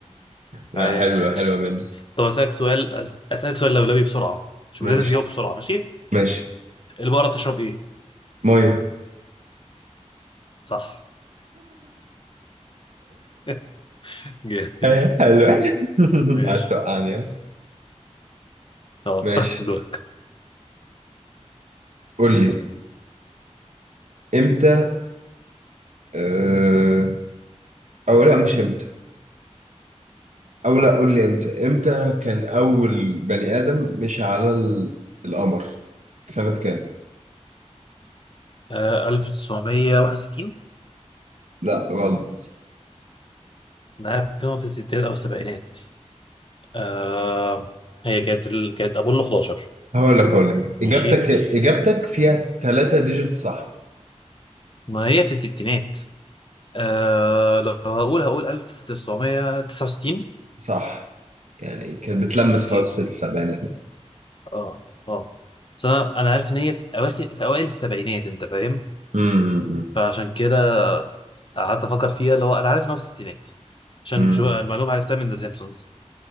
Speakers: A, on the right; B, on the left.
A: لا
B: عاش
A: حلوة حلوة مني
B: طب اسالك سؤال أس- اسالك سؤال لولبي بسرعه شوف
A: ماشي
B: لازم تجاوب بسرعه ماشي
A: ماشي
B: البقره بتشرب ايه
A: مية
B: صح <laughs> جامد
A: <laughs> حلو <laughs>
B: ماشي
A: عايز توقعني ها؟
B: اه
A: ماشي
B: <laughs> دورك
A: قول لي امتى اه... او لا مش امتى او لا قول لي امتى امتى كان اول بني ادم مشي على ال- القمر سنة كام
B: آه 1961
A: لا غلط
B: ده فيلم في الستينات او السبعينات آه هي كانت ال... كانت ابولو 11
A: هقول لك هقول لك
B: ماشي
A: اجابتك اجابتك فيها ثلاثة ديجيت صح
B: ما هي في الستينات آه لو هقول هقول 1969
A: صح يعني كانت بتلمس
B: اوكي
A: خلاص في السبعينات
B: اه اه بس انا انا عارف ان هي في اواخر في اوائل السبعينات انت فاهم
A: امم امم إمم،
B: فعشان كده قعدت افكر فيها اللي هو انا عارف ان هو في الستينات عشان
A: إمم.
B: شو المعلومه عرفتها من ذا سيمبسونز